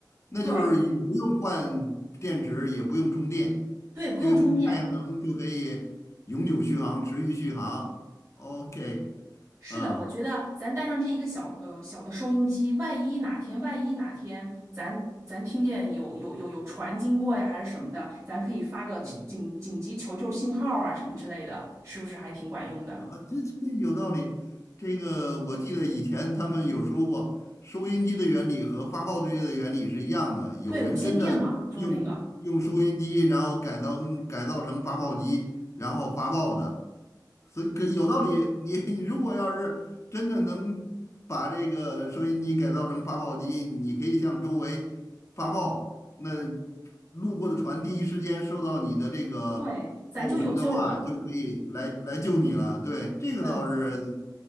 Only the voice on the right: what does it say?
对
对，不用充电，
是的，
我觉得咱带上这一个小呃小的收音机，万一哪天万一哪天咱咱听见有有有有船经过呀，还是什么的，咱可以发个紧紧急求救信号啊什么之类的，
是不是还挺管用的？
对，无线电嘛，就是那个，
对，咱就有救了。
嗯。